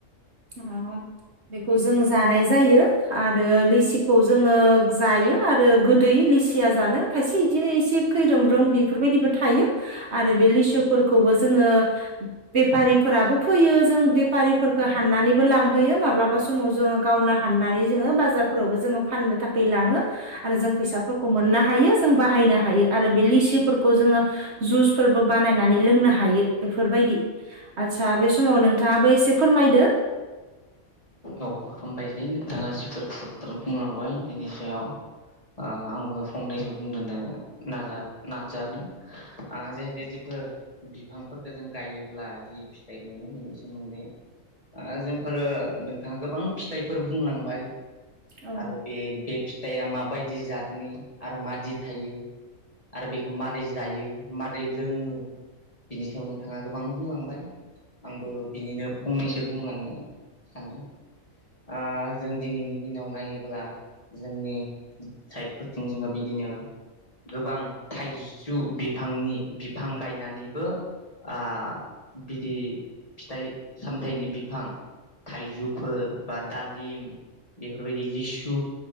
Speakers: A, on the right; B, on the left.
A: उम बेखौ जों जानाय जायो आरो लिसिखौ जोङो जायो आरो गोदै लिसिया जानो खायसे इदिनो एसे खैरोम रोम बेफोरबायदिबो थायो आरो बे लिसु फोरखौबो जोङो बेफारिफोराबो फैयो जों बेफारिफोरखो हाननानैबो लांहोयो। माब्लाबा समाव जोङो गावनो हाननानै जोङो बाजारफोरावबो जोङो फाननो था खै लाङो आरो जों फैसाफोर खौ मोननो हायो जों बाहायनो हायो आरो बे लिसिफोरखौ जोङो जुस फोरबो बानायनानै लोंनो हा यो बेफोरबायदि। आदसा बे समाव नोंथाङाबो एसे फोरमायदो।
B: औ हामबायसै नोंथाङा जिफोर खौरांफोर बुंलांबाय बिनि सायाव ओ आंबो फंनैसो बुंदेरनो नाजा नाजानो। आ जेहेथे जिफोर बि फांफोरखो जों गायोब्ला जि फिथाइ मोनो बिनि सोमोन्दै आ जोंफोरो नोंथाङा गोबां फिथाइफोर बुंलांबाय
A: औ
B: आरो बे बे फिथाइया मा बायदि जातनि आरो मादि थायो आरो बेखो मारै जायो मारै लोङो बिनि सायाव नोंथाङा गोबां बुंलांबाय। आंबो बिनिनो फंनैसो बुंलांनो सानदों। आ जों दिनैनि दिनाव नायोब्ला जोंनि साइडफोरथिं जोङो बिदिनो गोबां थाइजौ बिफांनि बिफां गायनानैबो ओ बिदि फिथाइ सामथाइनि बिफां थाइजौ फोर बा दालिम बेफोरबायदि लिसु,